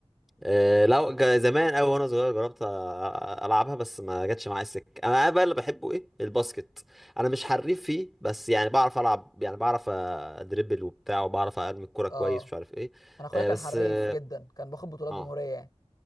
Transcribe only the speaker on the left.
اه
انا اخويا
كان
حريف
جدا كان باخد بطولات
جمهورية يعني